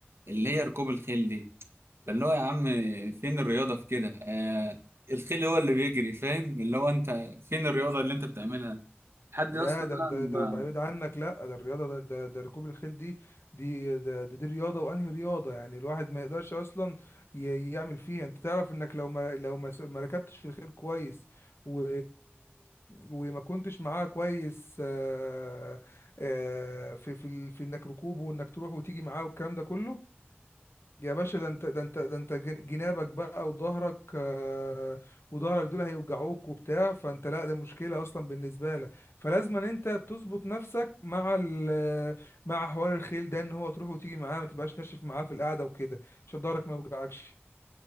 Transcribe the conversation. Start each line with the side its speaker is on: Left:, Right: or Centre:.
Right: اللي هي ركوب الخيل دي فاللي هو يا عم فين الرياضه في كده آه الخيل هو اللي بيجري فاهم اللي هو انت فين الرياضه اللي انت بتعملها لحد
Left: لا
Right: يا اسطى
Left: ده ده
Right: بقى
Left: ده بعيد عنك لا ده الرياضه ده ده, ده ركوب الخيل دي دي ده, ده دي رياضه وانهي رياضه يعني الواحد ما يقدرش اصلا ي- يعمل فيها انت تعرف انك لو ما لو ما س- ما ركبتش في الخيل كويس و... وما كنتش معاه كويس آه، آه، في في ال- في انك ركوبه وانك تروح وتيجي معاه والكلام ده كله يا باشا ده انت ده انت ده انت جن- جنابك بقى وظهرك آه، وظهرك دول هيوجعوك وبتاع فانت لا ده مشكلة اصلا بالنسبة لك فلازم ان انت تظبط نفسك مع ال مع حوار الخيل ده ان هو تروح وتيجي معاه ما تبقاش ناشف معاه في القعدة وكده عشان ظهرك ما يوجعكش